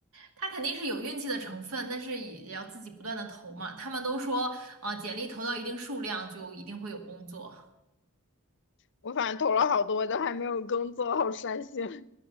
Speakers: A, on the right; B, on the left.
A: 他肯定是有运气的成分，但是也也要自己不断的投嘛。他们都说，呃，简历投到一定数量就一定会有工作。
B: 我反正投了好多，都还没有工作，好伤心，